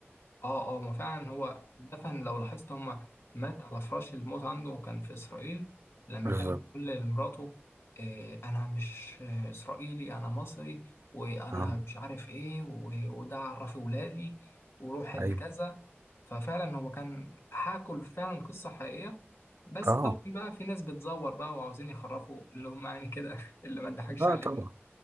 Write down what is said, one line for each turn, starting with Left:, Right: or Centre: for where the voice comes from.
Left: اه اه ما فعلا هو دفن لو لاحظت هما مات على فراش الموت عنده كان في إسرائيل لما
Right: بالظبط
Left: كان بيقول لمراته إيه أنا مش آه، إسرائيلي أنا مصري وأنا
Right: اه
Left: مش عارف إيه و- وده عرفي ولادي وروح الكذا
Right: أي
Left: ففعلا هو كان حاكوا فعلا قصة حقيقية بس
Right: اه
Left: طبعا بقى في ناس بتزور بقى وعاوزين يخرفوا اللي هم يعني كده <laughs> اللي ما تضحكش
Right: لا
Left: عليهم
Right: طبعا